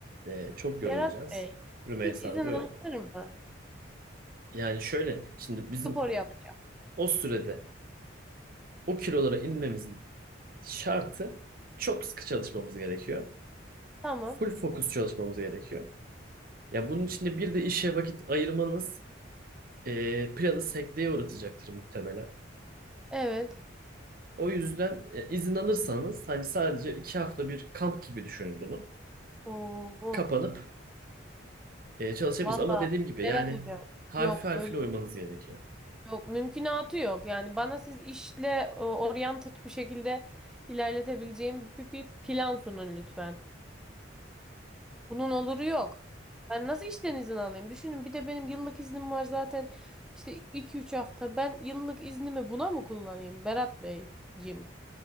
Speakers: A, on the right; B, in the centre.
A: E, çok
B: Berat
A: yorulacağız.
B: Bey.
A: Rümeysa
B: Hiç izin
A: Hanım, buyurun.
B: alınır mı?
A: Yani şöyle şimdi bizim
B: Spor yapacağım.
A: o sürede o kilolara inmemizin şartı çok sıkı çalışmamız gerekiyor.
B: Tamam.
A: Full fokus çalışmamız gerekiyor. Ya bunun içinde bir de işe vakit ayırmanız e, planı sekteye uğratacaktır muhtemelen.
B: Evet.
A: O yüzden e, izin alırsanız hani sadece iki hafta bir kamp gibi düşünün bunu.
B: Oo,
A: kapanıp e, çalışabiliriz.
B: valla
A: Ama dediğim gibi
B: Berat
A: yani
B: Hocam.
A: harfi
B: Yok
A: harfine
B: böyle
A: uymanız gerekiyor. <sighs>
B: yok mümkünatı yok. Yani bana siz işle e, oryantat bir şekilde ilerletebileceğim bir, bir plan sunun lütfen. Bunun oluru yok. Ben nasıl işten izin alayım? Düşünün bir de benim yıllık iznim var zaten işte iki üç hafta. Ben yıllık iznimi buna mı kullanayım Berat Beyciğim?